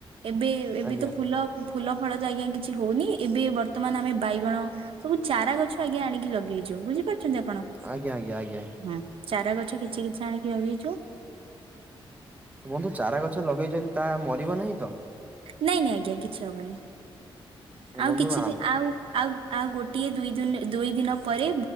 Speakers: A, on the right; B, on the right.
A: ଏବେ ଏବେ
B: ଆଜ୍ଞା
A: ତ ଫୁଲ ଫୁଲ ଫଳ ତ ଆଜ୍ଞା କିଛି ହଉନି ଏବେ ବର୍ତ୍ତମାନ ଆମେ ବାଇଗଣ ସବୁ ଚାରା ଗଛ ଆଜ୍ଞା ଆଣିକି ଲଗେଇଛୁ ବୁଝିପାରୁଛନ୍ତି ଆପଣ?
B: ଆଜ୍ଞା ଆଜ୍ଞା। ଆଜ୍ଞା।
A: ହୁଁ ଚାରା ଗଛ କିଛି କିଛି ଆଣିକି ରଗେଇଛୁ।
B: ବନ୍ଧୁ ଚାରା ଗଛ ଲଗେଇଛନ୍ତି ତା ମରିବ ନାହିଁ ତ?
A: ନାଇଁ ନାଇଁ ଆଜ୍ଞା କିଛି ହବନି
B: ନାଇଁ
A: ଆଉ
B: ବନ୍ଧୁ
A: କିଛି
B: ଆମ୍
A: ଆଉ ଆଉ ଆଉ ଗୋଟିଏ ଦୁଇ ଦିନ ଦୁଇ ଦିନ ପରେ